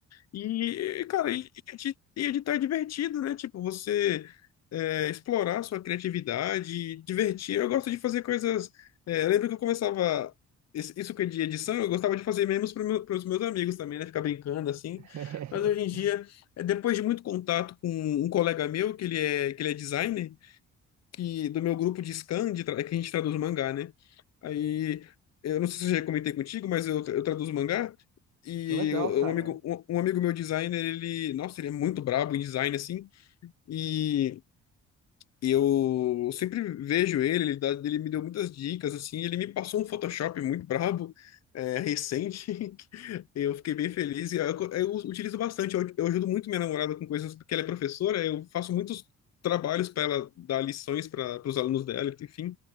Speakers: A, on the left (about 60°); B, on the right (about 65°).
A: E, cara, e edi- e editar é divertido, né? Tipo, você é, explorar sua criatividade, divertir. Eu gosto de fazer coisas. é, eu lembro que eu começava. esse- Isso que é de edição, eu gostava de fazer memes para os meus amigos também, né? Ficar brincando assim.
B: <laughs>
A: Mas hoje em dia, é, depois de muito contato com um colega meu, que ele é, que ele é designer que do meu grupo de scan, de tra- é que a gente traduz mangá, né? Aí, eu não sei se eu já comentei contigo, mas eu, eu traduzo mangá. E
B: Que legal,
A: eu-
B: cara.
A: um amigo, um, um amigo meu designer, ele, nossa, ele é muito brabo em design, assim. e eu sempre vejo ele, ele, dá- ele me deu muitas dicas, assim, ele me passou um Photoshop muito brabo, é, recente, <laughs> que eu fiquei bem feliz, e eu, eu utilizo bastante, eu, eu ajudo muito minha namorada com coisas, porque ela é professora, eu faço muitos trabalhos para ela dar lições para os alunos dela, enfim,